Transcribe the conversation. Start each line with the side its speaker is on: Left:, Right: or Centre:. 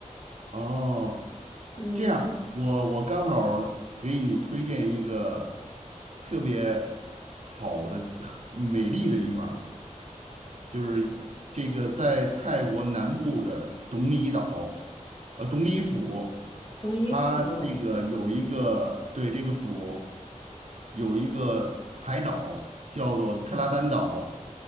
Right: 哦，
Left: 嗯，
Right: 这样我我刚好儿给你推荐一个特别好的美丽的地方儿就是这个在泰国南部的董里岛，呃，董里府，
Left: 冬衣服。
Right: 它这个有一个对这个府有一个海岛叫做克拉丹岛，